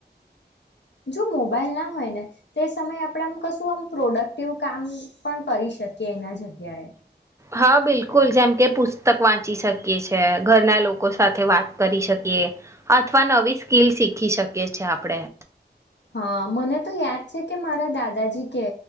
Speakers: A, on the left; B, on the right.
A: જો મોબાઈલ ના હોય ને તે સમયે આપણે આમ કશું આમ પ્રોડક્ટિવ કામ પણ કરી શકીએ એના જગ્યાએ.
B: હા બિલકુલ જેમ કે પુસ્તક વાંચી શકીએ છે ઘરના લોકો સાથે વાત કરી શકીએ અથવા નવી સ્કીિલ શીખી શકીએ છે આપણેે.
A: હા મને તો યાદ છે કે મારા દાદાજી કે